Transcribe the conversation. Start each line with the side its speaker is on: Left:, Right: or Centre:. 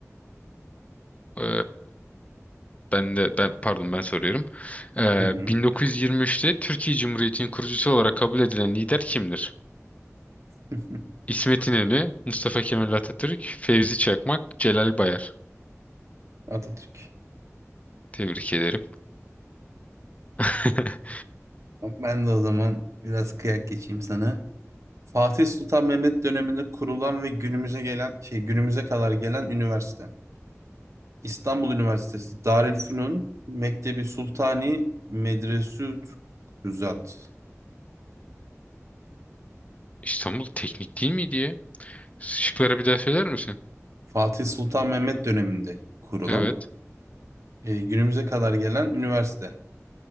Left: e, ben de ben pardon ben soruyorum. Ee,
Right: Hı hı.
Left: 1923'te Türkiye Cumhuriyeti'nin kurucusu olarak kabul edilen lider kimdir?
Right: <laughs>
Left: İsmet İnönü, Mustafa Kemal Atatürk, Fevzi Çakmak, Celal Bayar.
Right: Atatürk.
Left: Tebrik ederim. <laughs>
Right: Ben de o zaman biraz kıyak geçeyim sana. Fatih Sultan Mehmet döneminde kurulan ve günümüze gelen şey günümüze kadar gelen üniversite. İstanbul Üniversitesi, Darülfünun, Mektebi Sultani, Medresü Rüzat.
Left: İstanbul Teknik değil miydi ya? Şıkları bir daha söyler misin?
Right: Fatih Sultan Mehmet döneminde kurulan,
Left: Evet.
Right: e, günümüze kadar gelen üniversite.